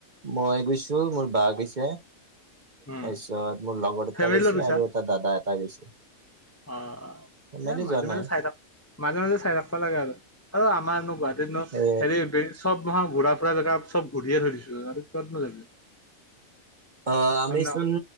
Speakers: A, on the right (about 40°); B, on the left (about 20°).
A: মই গৈছোঁ, মোৰ বা গৈছে। তাৰিছত
B: উম
A: মোৰ লগৰ এটা
B: ফেমিলি
A: গৈছে
B: লগত গৈছা
A: আৰু এটা দাদা এটা গৈছে।
B: অ
A: ফেমেলি
B: ইয়াত মাজে
A: যোৱা
B: মাজে
A: নাই
B: চাই থাকো মাজে মাজে চাই থাকপা লাগে আৰু আৰু আমাৰনো গুৱাহাটীতনো
A: এ
B: হেৰি চব মহা ঘূৰা-ফুৰা জেগা চব ঘূৰিয়ে থৈ দিছোঁ আৰু ক'ত নো যাবি।
A: অ', আমিচোন
B: হয় ন